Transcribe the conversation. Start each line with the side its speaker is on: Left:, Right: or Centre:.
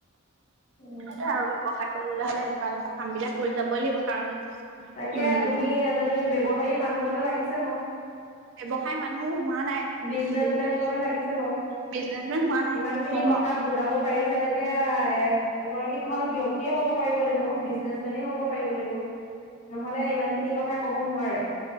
Left: উম
Right: সেইটোৱে আৰু ব্যৱসায় কৰিবলৈ হলে এনেকুৱা এনেকুৱা কাম বিলাক কৰি যাবই লাগিব কাৰণ
Left: তাকে
Right: উম
Left: তুমি এজনী ব্যৱসায়ী মানুহগতে লাগিছে বাৰু
Right: ব্যৱসায় মানুহ হোৱা নাই
Left: বিজনেচ
Right: কিন্তু
Left: মেন কৰে লাগিছে বাৰু
Right: বিজনেচমেন হোৱা নাই
Left: ইমান খিনি
Right: হ'ম
Left: কথা
Right: আৰু।
Left: বুজাব পাৰিছা যদি এতিয়া এ এগৰাকী ভাল ব্যক্তিয়ে হ'ব পাৰিব লাগিব বিজনেচ মেনে হ'ব পাৰিব লাগিব নহলে ইমান খিনি কথা ক'ব নোৱাৰে